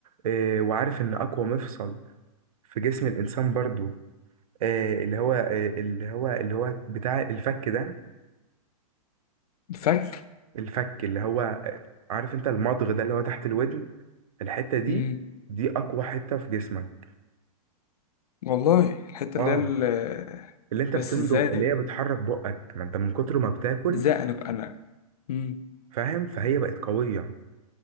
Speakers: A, on the right; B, on the left.
A: آه وعارف ان اقوى مفصل في جسم الانسان برضو آه اللي هو آه اللي هو اللي هو بتاع الفك ده
B: الفك
A: الفك اللي هو آه عارف انت المضغ ده اللي هو تحت الودن الحته دي
B: امم
A: دي اقوى حته في جسمك
B: والله الحته
A: اه
B: اللي هي ال...
A: اللي انت
B: بس
A: بتمضغ
B: ازاي
A: اللي هي بتحرك بقك ما انت من كتر ما بتاكل
B: ازاي انا انا مم.
A: فاهم فهي بقت قويه